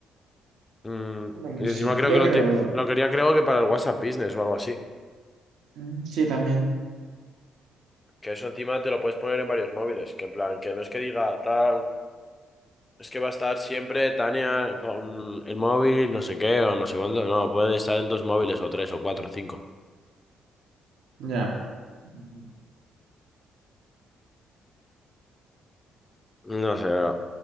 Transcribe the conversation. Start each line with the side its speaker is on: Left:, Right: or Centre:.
Left: Mm,
Right: Bueno,
Left: y
Right: sí,
Left: encima creo
Right: yo
Left: que lo,
Right: creo.
Left: ti- lo quería, creo que para el WhatsApp Business o algo así.
Right: mm, Sí, también.
Left: Que eso encima te lo puedes poner en varios móviles, que en plan, que no es que diga tal, es que va a estar siempre Tania con el móvil, no sé qué, o no sé cuánto, no, puede estar en dos móviles, o tres, o cuatro, o cinco.
Right: Ujú, Ya. Mm,
Left: No sé, bro.